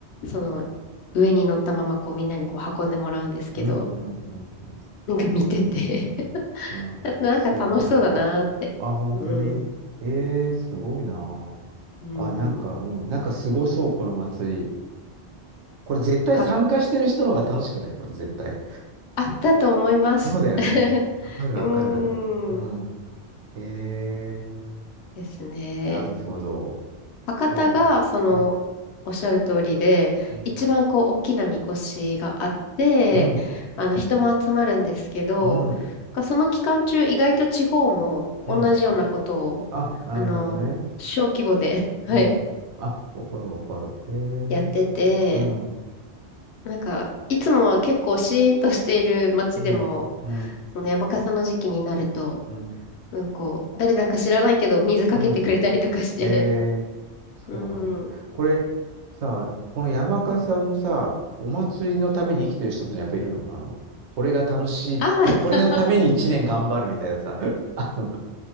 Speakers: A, on the left (about 75°); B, on the right (about 80°).
A: その、上に乗ったまま、こう、みんなにこう、運んでもらうんですけど、
B: うん、うん。うん
A: <laughs> なんか見てて
B: ええ、
A: <laughs>
B: うん、
A: あとなんか楽しそうだなーって。
B: そうなんだ。あ、本当にええ、
A: うん。
B: すごいな。
A: うん。
B: あ、なんか、うん、なんかすごそう、この祭り。これ絶対参加してる人の方が楽しくないこれ絶対。
A: か、あ、だと思います。
B: そうだよね。
A: <laughs>
B: わかる、わかる。
A: うー
B: うん。
A: ん。
B: ええ、
A: ですね。
B: なるほど。
A: 博多が、
B: そう。
A: その、
B: うん、
A: おっしゃる通りで、
B: うん。
A: 一番こう、大きなみこしがあって、
B: うん
A: あの、人も集まるんですけど、
B: うん。
A: がその期間中、意外と地方も同じようなことを、
B: うん。あ、なるほどね。
A: あの、小規模で、<laughs> はい、
B: うん。あ、わかるわかる。へえ。
A: やってて、
B: うん。
A: なんか、いつもは結構シーンとしている街でも、
B: うん。うん。
A: その山笠の時期になると、
B: うん。
A: うん、こう、誰だか知らないけど水かけてくれたりとかして、
B: うん。へえ。そうなんだ。
A: うん。
B: これ、さ、この山笠さんもさ、お祭りのために生きてる人ってやっぱいるのあの、これが楽しい、
A: あー
B: こ、これのために一年頑張るみたいなさ。<laughs> あの、